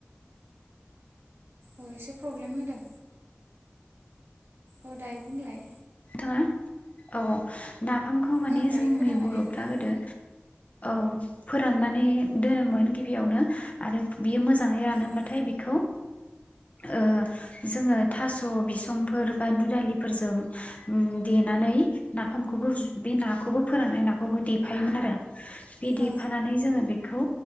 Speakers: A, on the right (about 80°); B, on the left (about 35°).
A: अ एसे प्रब्लेम होदों। औ दाय बुंलाय?
B: नोंथाङा औ नाफामखौ माने
A: ओं दायो
B: जोंनि
A: खोनाबाय
B: बर'फ्रा
A: दे नोंथां
B: गोदो औ फोराननानै दोनोमोन गिबियावनो आरो बियो मोजां मोजाङै रानोब्लाथाय
A: उम
B: बेखौ ओ जोङो थास' बिसंफोर बा दुदालिफोरजों उम देनानै नाफामखौबो बे नाखौबो फोराननाय नाखौबो देफायोमोन आरो बे देफानानै
A: औ
B: जोङो बेखौ